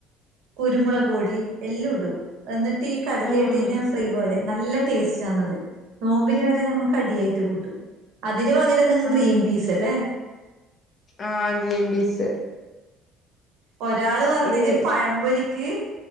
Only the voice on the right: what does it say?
കുരുമുളകൊടി എല്ലാം ഇടൂ എന്നിട്ട് ഈ കടലിട്ടീന
ഫ്രീ പോലെ നല്ല ടേസ്റ്റാണത് നോമ്പിന് വരെ ഞമ്മക്കടിയായിട്ട് കൂട്ടും. അതിന് പകരം നിങ്ങക്ക് ഗ്രീം
പീസ്ല്ല്ലേ
ഒരാള് പറഞ്ഞത്
പഴംപൊരി ക്ക്